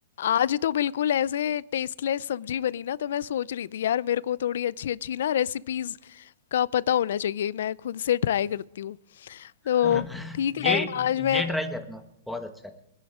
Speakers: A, on the left; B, in the centre.
A: आज तो बिल्कुल ऐसे टेस्टलेस सब्जी बनी ना तो मैं सोच रही थी यार मेरे को थोड़ी अच्छी अच्छी ना रेसिपीज का पता होना चाहिए मैं खुद से ट्राई करती हूँ तो
B: <laughs>
A: ठीक
B: ये
A: है आज मैं
B: ये ट्राई करना बहुत अच्छा है